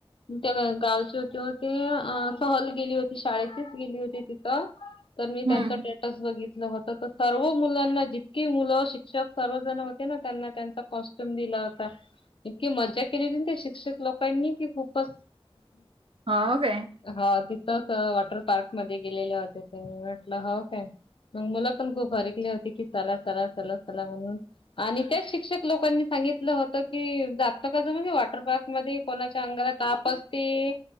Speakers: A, on the left; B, on the right.
A: त्या गावचे होती हो ते सहल गेली होती. शाळेचीच गेली होती तिथ. तर मी
B: हम्म.
A: त्यांच स्टेटस बघितल होत. सर्व मुलांना जितकीे मुल शिक्षक सर्व जण होते ना, त्यांना त्यांचा कॉस्ट्यूम दीला होता. इतकी मजा केली होती ना त्या शिक्षक लोकांनी कि खूपच
B: हो काय
A: हो तिथंच वॉटर पार्क मध्ये गेलेले होते ते. म्हटल हो काय. मग मुलं पण खूप हरकले होती की, चला चला चला चला म्हणून. आणि तेच शिक्षक लोकांनी सांगितल होत की, जात का जाऊ म्हणजे वॉटर पार्क मध्ये. कोणाच्या अंगाला ताप असते.